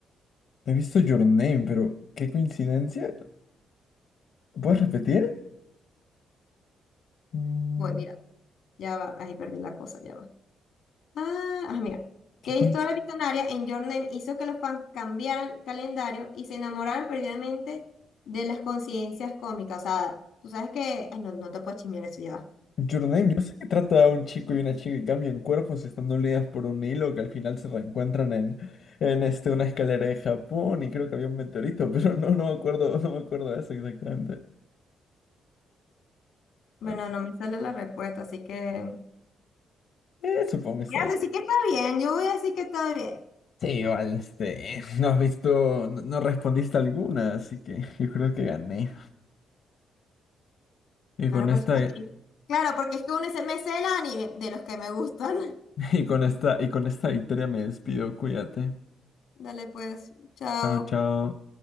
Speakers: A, on the left; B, on the left.
A: He visto Your Name, pero qué coincidencia. ¿Puedes repetir? Mm,
B: Voy, mira, ya va, ahí perdí la cosa, ya va. Ah, ah, mira. ¿Qué
A: ¿Qué
B: historia
A: coinc-
B: visionaria en Your Name hizo que los fans cambiaran calendario y se enamoraran perdidamente de las coincidencias cómicas? O sea, tú sabes que... Ay, no, no te puedo chismear eso, ya va.
A: Your Name, yo sé que trata a un chico y una chica y cambian cuerpos y están unidas por un hilo que al final se reencuentran en, en este, una escalera de Japón y creo que había un meteorito, <laughs> pero no, no me acuerdo, no me acuerdo de eso exactamente.
B: Bueno,
A: As-
B: no me sale la respuesta, así que...
A: Eh, supongo que está
B: Voy
A: ahí.
B: a decir que está bien, yo voy a decir que está bien.
A: Sí, igual, este, <laughs> no has visto, no, no respondiste alguna, así que <laughs> yo creo que gané. Y
B: Claro,
A: con
B: porque
A: esta,
B: también.
A: y,
B: Claro, porque es que uno dice, me sé el anime de los que me gustan. <laughs>
A: <laughs> Y con esta, y con esta victoria me despido. Cuídate.
B: Dale pues, chao.
A: Chao, chao.